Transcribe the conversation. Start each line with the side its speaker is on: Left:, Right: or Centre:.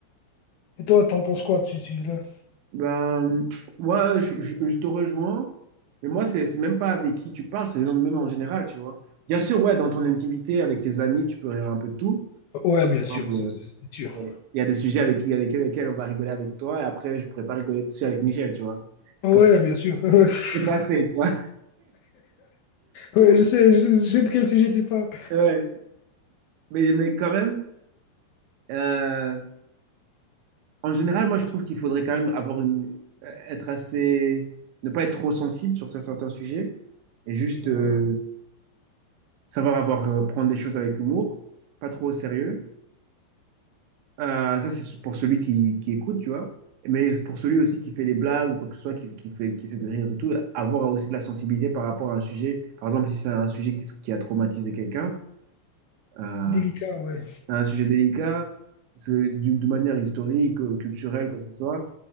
Left: Et toi, t'en penses quoi de ce sujet-là?
Right: Ben, moi, je, je- je te rejoins, mais moi, c'est c'est même pas avec qui tu parles, c'est même même en général, tu vois. Bien sûr, ouais, dans ton intimité, avec tes amis, tu peux rire un peu de tout.
Left: Ouais, bien sûr,
Right: Par exemple,
Left: ça,
Right: euh,
Left: c'est sûr.
Right: Il y a des sujets avec, qui- avec lesquels on va rigoler avec toi, et après, je pourrais pas rigoler dessus avec Michel, tu vois.
Left: Ouais,
Right: Comme
Left: bien sûr. <laughs>
Right: c'est passé, tu vois.
Left: Ouais, je sais, je, sais, je sais de quel sujet tu parles.
Right: <laughs> Mais, mais quand même, euh, en général, moi, je trouve qu'il faudrait quand même avoir une, euh, être assez, ne pas être trop sensible sur certains sujets et juste
Left: Ouais.
Right: euh, savoir avoir, euh, prendre des choses avec humour, pas trop au sérieux. Euh, ça, c'est pour celui qui, qui écoute, tu vois. Mais pour celui aussi qui fait les blagues ou quoi que ce soit, qui, qui fait, qui essaie de rire de tout, avoir aussi de la sensibilité par rapport à un sujet. Par exemple, si c'est un sujet qui, qui a traumatisé quelqu'un, euh,
Left: Délicat, ouais.
Right: un sujet délicat, parce que d'une de manière historique, euh, culturelle, quoi que ce soit.